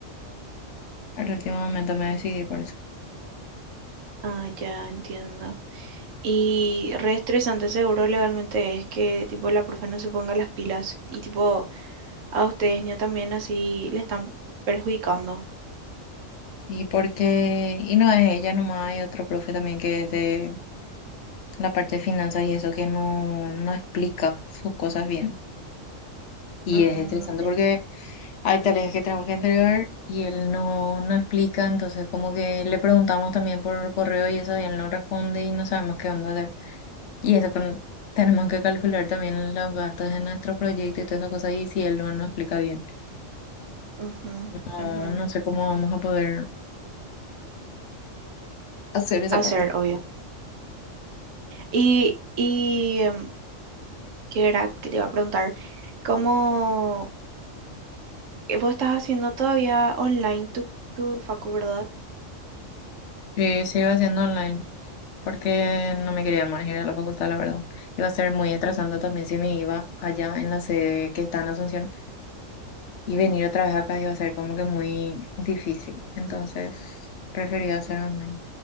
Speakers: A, on the left; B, on the right.
A: al último momento me decidí por eso.
B: Ah, ya entiendo. Y re estresante seguro legalmente es que tipo la profe no se ponga las pilas y tipo a ustedes ni también así le están perjudicando.
A: Y porque, y no es ella nomás, hay otro profe también que es de la parte de finanzas y eso que no, no explica sus cosas bien. Y
B: Mm,
A: es estresante
B: ent-
A: porque hay tareas que tenemos que entregar y él no, no explica, entonces como que le preguntamos también por correo y eso y él no responde y no sabemos qué onda hacer. Y eso con- tenemos que calcular también los gastos de nuestro proyecto y todas esas cosas, y si él no nos explica bien.
B: ujú,
A: No,
B: ujú.
A: no sé cómo vamos a poder hacer esa
B: Hacer,
A: parte.
B: obvio. Y, y em, ¿qué era que te iba a preguntar? ¿Cómo eh, vos estás haciendo todavía online tu, tu facu, verdad?
A: Sí, se iba haciendo online, porque no me quería más ir a la facultad, la verdad. Iba a ser muy atrasante también si me iba allá en la sede que está en Asunción, y venir otra vez acá iba a ser como que muy difícil. Entonces, prefería hacer online.